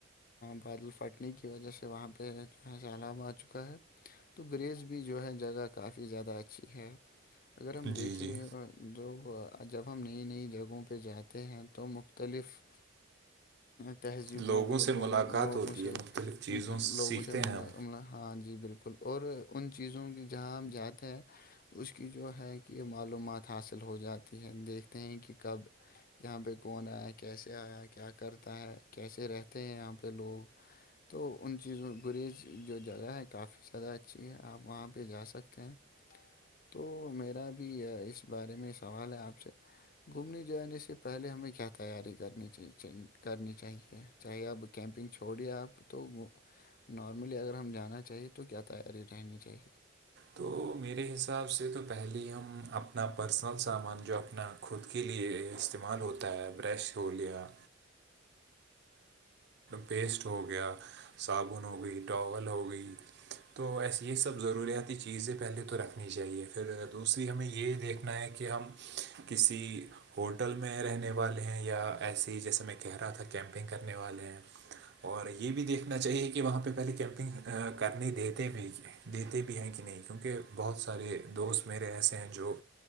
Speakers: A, on the left; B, on the right.
A: بادل پھٹنے کی وجہ سے وہاں پہ جو ہے سیلاب آ چکا ہے تو گریز بھی جو ہے جگہ کافی زیادہ اچھی ہے اگر ہم
B: جی
A: دیکھیں
B: جی
A: جو جب ہم نئی نئی جگہوں پہ جاتے ہیں تو مختلف تہذیبوں
B: لوگوں
A: اور
B: سے
A: لوگوں
B: ملاقات
A: لوگوں
B: ہوتی
A: سے
B: ہے مختلف چیزوں سیکھتے
A: لوگوں سے ملا
B: ہیں ہم
A: ہاں جی بالکل اور ان چیزوں کی جہاں ہم جاتے ہیں اس کی جو ہے کہ معلومات حاصل ہو جاتی ہے دیکھتے ہیں کہ کب یہاں پہ کون آیا کیسے آیا کیا کرتا ہے کیسے رہتے ہیں یہاں پہ لوگ تو ان چیزوں گریز جو جگہ ہے کافی زیادہ اچھی ہے آپ وہاں پہ جا سکتے ہیں تو میرا بھی اس بارے میں سوال ہے آپ سے گھومنے جانے سے پہلے ہمیں کیا تیاری کرنی چی کرنی چاہیے چاہے اب کیمپنگ چھوڑیے آپ تو نارملی اگر ہم جانا چاہیے تو کیا تیاری رہنی چاہیے
B: تو مے <inaudible> میرے حساب سے تو پہلے ہم اپنا پرسنل سامان جو اپنا خود کے لیے استعمال ہوتے پتا ہے برش ہو لیا پیسٹ ہو گیا صابون ہو گئی ٹاول ہو گئی تو ایسے یہ سب ضروریاتی چیزیں پہلے تو رکھ رکھنی چاہیے پھر دوسری ہمیں یہ دیکھنا ہے کہ ہم کسی ہوٹل میں رہنے والے ہیں یا ایسی جیسے میں کہہ رہا تھا کیمپنگ کرنے والے ہیں اور یہ بھی دیکھنا چاہیے کہ وہاں پہ پہلے کیمپنگ کرنے دیتے بھی دیتے بھی ہیں کہ نہیں کیونکہ بہت سارے دوست میرے ایسے ہیں جو